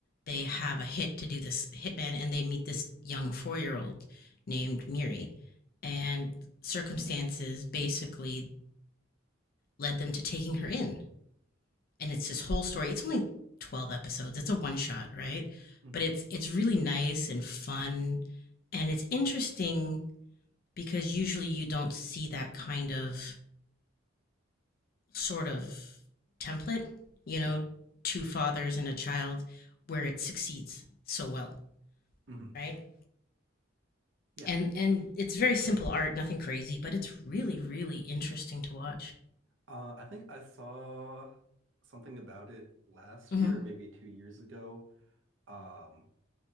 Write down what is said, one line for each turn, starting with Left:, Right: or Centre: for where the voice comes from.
Left: they have a hit to do this hitman, and they meet this young four year old named Miri, and
Right: mhm,
Left: circumstances basically led them to taking her in. And it's this whole story. It's only twelve episodes. It's a one shot, right?
Right: mhm.
Left: But it's it's really nice and fun, and it's interesting because usually you don't see that kind of sort of template, you
Right: Yeah.
Left: know, two fathers and a child where it succeeds so well,
Right: mhm,
Left: right?
Right: Yeah.
Left: And and it's very simple art, nothing crazy, but it's really really interesting to watch.
Right: Uh I think I saw something about it last
Left: Mhm.
Right: year or maybe two years ago Um,